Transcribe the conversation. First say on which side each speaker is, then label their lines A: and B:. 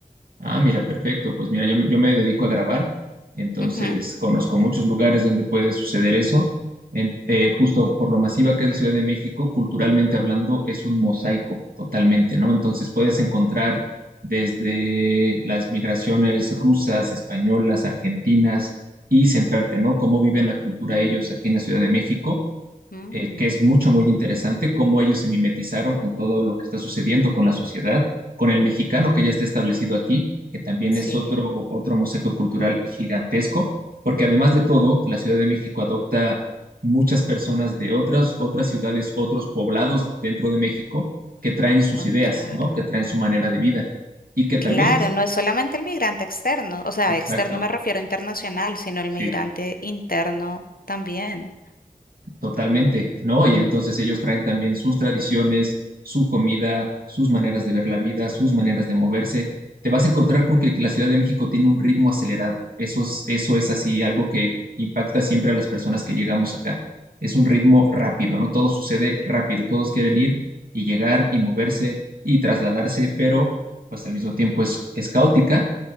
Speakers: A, on the right; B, on the left.
A: Ah, mira, perfecto. Pues mira, yo, me- yo me dedico a grabar, entonces
B: Ujú.
A: conozco muchos lugares donde puede suceder eso. En- eh, justo por lo masiva que es la Ciudad de México, culturalmente hablando, es un mosaico totalmente, ¿no? Entonces puedes encontrar desde las migraciones rusas, españolas, argentinas y centrarte, ¿no? Cómo viven la cultura ellos aquí en la Ciudad de México
B: Mm,
A: eh, que es mucho, muy interesante, cómo ellos se mimetizaron con todo lo que está sucediendo con la sociedad, con el mexicano que ya está establecido aquí, que también
B: sí,
A: es otro, otro mosaico cultural gigantesco, porque además de todo, la Ciudad de México adopta muchas personas de otras, otras ciudades, otros poblados dentro de México, que traen sus
B: oh,
A: ideas,
B: claro.
A: ¿no? Que traen su manera de vida y que también,
B: Claro, no es solamente el migrante externo, o sea,
A: exacto,
B: externo me refiero a internacional, sino el
A: sí.
B: migrante interno también.
A: Totalmente, ¿no? Y entonces ellos traen también sus tradiciones, su comida, sus maneras de ver la vida, sus maneras de moverse. Te vas a encontrar con que la Ciudad de México tiene un ritmo acelerado. Eso es, eso es así, algo que impacta siempre a las personas que llegamos acá. Es un ritmo rápido, ¿no? Todo sucede rápido, todos quieren ir y llegar y moverse y trasladarse, pero pues al mismo tiempo es, es caótica,